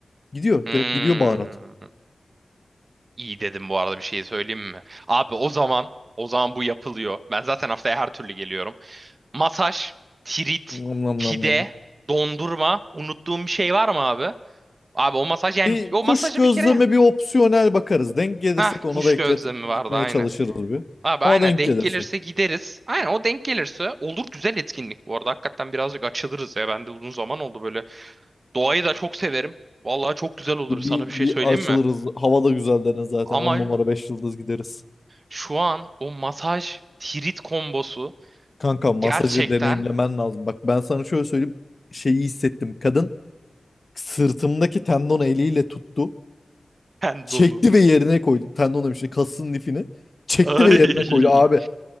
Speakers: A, on the left; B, on the right.
A: Gidiyor.
B: Hmm.
A: Direkt gidiyor baharat.
B: İyi dedim bu arada bir şey söyleyeyim mi? Abi o zaman o zaman bu yapılıyor. Ben zaten haftaya her türlü geliyorum. Masaj, tirit,
A: Nam nam
B: pide,
A: nam nam.
B: dondurma. Unuttuğum bir şey var mı abi? Abi o masaj yani
A: Bir
B: o
A: kuş
B: masajı
A: gözleme
B: bir kere ya.
A: bir opsiyonel bakarız. Denk gelirsek
B: Hah
A: onu
B: kuş
A: da eklet
B: gözlemi vardı
A: gitmeye
B: aynı.
A: çalışırız bir.
B: Abi
A: Ama
B: aynen
A: denk
B: denk
A: gelirse.
B: gelirse gideriz. Aynen o denk gelirse olur güzel etkinlik bu arada. Hakikaten birazcık açılırız ya. Ben de uzun zaman oldu böyle. Doğayı da çok severim. Vallahi çok güzel olur
A: Bir,
B: sana bir şey
A: bir
B: söyleyeyim
A: açılırız.
B: mi?
A: Hava da güzel deniz zaten.
B: Ama
A: on numara 5 yıldız gideriz.
B: şu an o masaj tirit kombosu
A: Kanka masajı
B: gerçekten
A: deneyimlemen lazım. Bak ben sana şöyle söyleyeyim. Şeyi hissettim. Kadın sırtımdaki tendon eliyle tuttu.
B: tendonu.
A: Çekti ve yerine koydu. Tendon demişti. Kasın lifini. Çekti
B: Ay.
A: ve yerine koydu. Abi